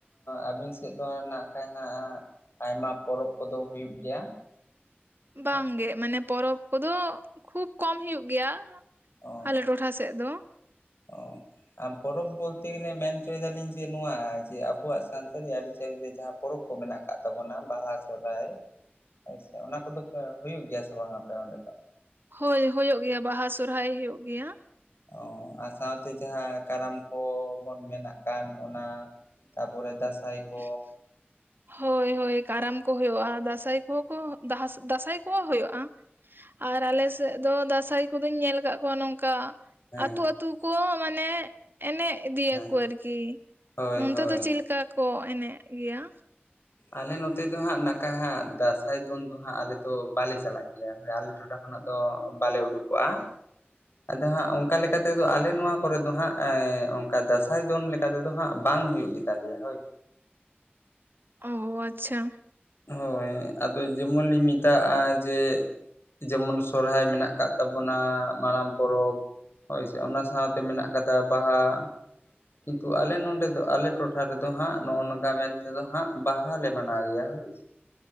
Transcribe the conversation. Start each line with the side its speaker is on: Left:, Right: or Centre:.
Left: ᱟᱹᱵᱤᱱ ᱥᱮᱫ ᱫᱚ ᱱᱟᱜ ᱠᱷᱟᱡ ᱦᱟᱜ ᱟᱭᱢᱟ ᱯᱚᱨᱚᱵᱽ ᱠᱚᱫᱚ ᱦᱩᱭᱩᱜ ᱜᱮᱭᱟ
Right: ᱵᱟᱝᱜᱮ
Left: ᱦᱮᱸ ᱥᱮ
Right: ᱢᱟᱱᱮ ᱯᱚᱨᱚᱵᱽ ᱠᱚᱫᱚ ᱠᱷᱩᱵ ᱠᱚᱢ ᱦᱩᱭᱩᱜ ᱜᱮᱭᱟ
Left: ᱚ
Right: ᱟᱞᱮ ᱴᱚᱴᱷᱟ ᱥᱮᱫ ᱫᱚ
Left: ᱚ ᱯᱚᱨᱚᱵᱽ ᱵᱚᱞᱛᱮ ᱜᱮᱞᱮ ᱢᱮᱱ ᱦᱚᱪᱚᱭ ᱫᱟᱞᱤᱧ ᱡᱮ ᱱᱚᱣᱟ ᱡᱮ ᱟᱵᱚᱣᱟᱜ ᱥᱟᱱᱛᱟᱲᱤ ᱟᱹᱨᱤᱪᱟᱹᱞᱤ ᱨᱮ ᱡᱟᱦᱟᱸ ᱯᱚᱨᱚᱵᱽ ᱠᱚ ᱢᱮᱱᱟᱜ ᱟᱠᱟᱫ ᱛᱟᱵᱚᱱᱟ ᱵᱟᱦᱟ ᱥᱚᱨᱦᱟᱭ
Right: <inaudible>
Left: ᱦᱳᱭ ᱥᱮ ᱚᱱᱟ ᱠᱚᱫᱚᱮ ᱦᱩᱭᱩᱜ ᱜᱮᱭᱟ ᱥᱮ ᱵᱟᱝ ᱟᱯᱮ ᱚᱸᱰᱮ ᱫᱚ
Right: ᱦᱳᱭ ᱦᱩᱭᱩᱜ ᱜᱮᱭᱟ ᱵᱟᱦᱟ ᱥᱚᱨᱦᱟᱭ ᱦᱩᱭᱩᱜ ᱜᱮᱭᱟ
Left: ᱚ ᱟᱨ ᱥᱟᱶᱛᱮ ᱡᱟᱦᱟᱸ ᱠᱟᱨᱟᱢ ᱠᱚᱵᱚᱱ ᱢᱮᱱᱟᱜ ᱠᱟᱱ ᱚᱱᱟ ᱛᱟᱯᱚᱨᱮ ᱫᱟᱸᱥᱟᱭ
Right: <inaudible>
Left: ᱠᱚ
Right: ᱦᱳᱭ ᱦᱳᱭ ᱠᱟᱨᱟᱢ ᱠᱚ ᱦᱩᱭᱩᱜᱼᱟ ᱫᱟᱸᱥᱟᱭ ᱠᱚ ᱠᱚ ᱫᱟᱸᱥᱟᱭ ᱠᱚᱦᱚᱸ ᱦᱩᱭᱩᱜᱼᱟ ᱟᱨ ᱟᱞᱮ ᱥᱮᱫ ᱫᱚ ᱫᱟᱸᱥᱟᱭ ᱠᱚᱫᱚᱧ ᱧᱮᱞ ᱟᱠᱟᱟᱜ ᱠᱚᱣᱟ ᱱᱚᱝᱠᱟ
Left: ᱦᱮᱸ
Right: ᱟᱹᱛᱩ ᱟᱹᱛᱩ ᱠᱚ ᱢᱟᱱᱮ ᱮᱱᱮᱡ ᱤᱫᱤᱭᱟᱠᱚ
Left: ᱦᱮᱸ
Right: ᱟᱨᱠᱤ
Left: ᱦᱳᱭ
Right: ᱱᱚᱱᱛᱮ
Left: ᱦᱳᱭ
Right: ᱫᱚ ᱪᱮᱫ ᱞᱮᱠᱟ ᱠᱚ ᱮᱱᱮᱡ ᱜᱮᱭᱟ
Left: ᱟᱞᱮ ᱱᱚᱛᱮ ᱫᱚ ᱦᱟᱸᱜ ᱱᱟᱠᱟ ᱦᱟᱸᱜ ᱫᱟᱸᱥᱟᱭ ᱫᱚᱱ ᱫᱚ ᱦᱟᱸᱜ ᱟᱞᱮ ᱫᱚ ᱵᱟᱞᱮ ᱪᱟᱞᱟᱜ ᱜᱮᱭᱟ ᱦᱳᱭ ᱟᱞᱮ ᱴᱚᱴᱷᱟ ᱠᱷᱚᱱᱟᱜ ᱫᱚ ᱵᱟᱞᱮ ᱩᱰᱩᱠᱚᱜᱼᱟ ᱟᱫᱚ ᱦᱟᱸᱜ ᱚᱱᱠᱟ ᱞᱮᱠᱟ ᱛᱮᱫᱚ ᱟᱞᱮ ᱱᱚᱣᱟ ᱠᱚᱨᱮ ᱫᱚ ᱦᱟᱸᱜ ᱚᱱᱠᱟ ᱫᱟᱸᱥᱟᱭ ᱫᱚᱱ ᱞᱮᱠᱟ ᱪ ᱞᱮᱠᱟ ᱛᱮᱫᱚ ᱦᱟᱸᱜ ᱵᱟᱝ ᱦᱩᱭᱩᱜ ᱜᱮᱛᱟᱞᱮᱭᱟ ᱦᱳᱭ
Right: ᱚ ᱟᱪᱪᱷᱟ
Left: ᱦᱳᱭ ᱟᱫᱚ ᱡᱮᱢᱚᱱ ᱞᱤᱧ ᱢᱮᱛᱟᱜᱼᱟ ᱡᱮ ᱡᱮᱢᱚᱱ ᱥᱚᱨᱦᱟᱭ ᱢᱮᱱᱟᱜ ᱟᱠᱟᱫ ᱛᱟᱵᱚᱱᱟ ᱢᱟᱨᱟᱝ ᱯᱚᱨᱚᱵᱽ ᱦᱳᱭᱥᱮ ᱚᱱᱟ ᱥᱟᱶᱛᱮ ᱢᱮᱱᱟᱜ ᱟᱠᱟᱫᱟ ᱵᱟᱦᱟ ᱠᱤᱱᱛᱩ ᱟᱞᱮ ᱱᱚᱰᱮ ᱫᱚ ᱟᱞᱮ ᱴᱚᱴᱷᱟ ᱨᱮᱫᱚ ᱦᱟᱸᱜ ᱱᱚᱜᱼᱚ ᱱᱚᱝᱠᱟ ᱢᱮᱱᱛᱮᱫᱚ ᱦᱟᱸᱜ ᱵᱟᱦᱟᱞᱮ ᱢᱟᱱᱟᱣ ᱜᱮᱭᱟ ᱦᱳᱭ᱾